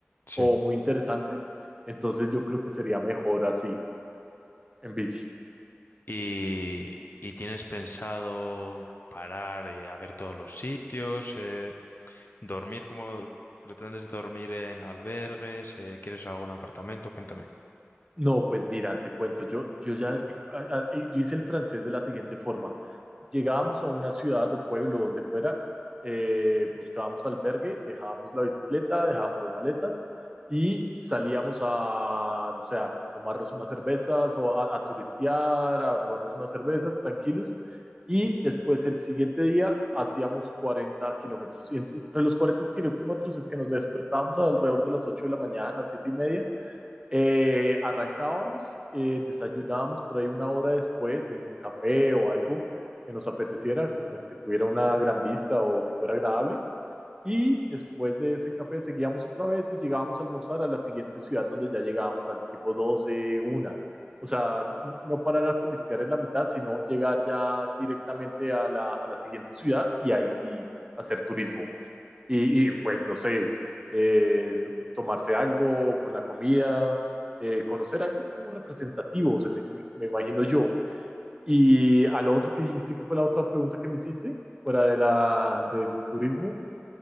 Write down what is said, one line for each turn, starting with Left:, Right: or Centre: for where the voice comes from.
Left: sí.
Right: o muy interesantes. Entonces yo creo que sería mejor así, en bici.
Left: ¿Y, y tienes pensado parar eh, a ver todos los sitios? eh, ¿dormir cómo pretendes dormir en albergues? eh, ¿quieres algún apartamento? Cuéntame.
Right: No, pues mira, te cuento, yo, yo ya eh, ah, ah, eh, yo hice el francés de la siguiente forma. Llegábamos a una ciudad o pueblo donde fuera, eh, buscábamos albergue, dejábamos la bicicleta, dejábamos las maletas y salíamos a, no sé, a tomarnos unas cervezas o a, a turistear, a tomarnos unas cervezas tranquilos. Y después el siguiente día hacíamos 40 kilómetros. Y entre, entre los 40 kilómetros es que nos despertábamos alrededor de las 8 de la mañana, 7 y media, eh, arrancábamos, eh, desayunábamos por ahí una hora después en un café o algo que nos apeteciera, o que, que tuviera una gran vista o que fuera agradable. Y después de ese café seguíamos otra vez y llegábamos a almorzar a la siguiente ciudad donde ya llegábamos al tipo 12, una, O sea, no, no no parar a turistear en la mitad, sino llegar ya directamente a la, a la siguiente ciudad y ahí sí hacer turismo y, y, pues no sé, eh, tomarse algo con la comida, eh, conocer algo como representativo, o sea, me, me, me, imagino yo. Y a lo otro que dijiste, que fue la otra pregunta que me hiciste, fuera de la, del turismo.